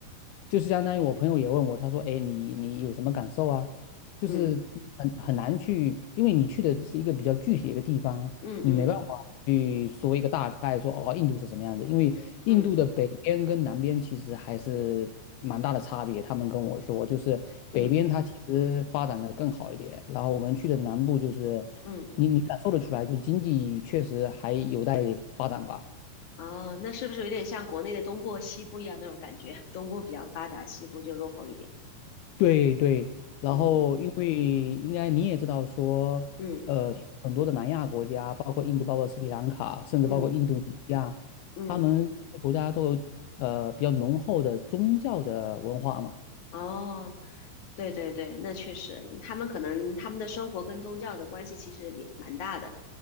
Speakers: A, on the left (about 80°); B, on the left (about 50°).
A: 就是相当于我朋友也问我，他说，哎，你你有什么感受啊？就是很很难去，
B: 嗯
A: 因为你去的是一个比较具体的一个地方，
B: 嗯嗯
A: 你没办法。去说一个大概说，哦，印度是什么样子？因为印度的北边跟南边其实还是蛮大的差别。
B: 嗯
A: 他们跟我说，就是北边它其实发展的更好一点，
B: 嗯
A: 然后我们去的南部就是，
B: 嗯，
A: 你你感受得出来，就是经济确实还有待发展吧。
B: 哦，那是不是有点像国内的东部和西部一样那种感觉？东部比较发达，西部就落后一点。
A: 对对，然后因为应该你也知道说，
B: 嗯嗯
A: 呃，很多的南亚国家，包括印度、包括斯里兰卡，甚至包括印度尼西亚，
B: 嗯嗯，
A: 他们国家都有呃比较浓厚的宗教的文化嘛，
B: 哦，对对对，那确实，他们可能他们的生活跟宗教的关系其实也蛮大的，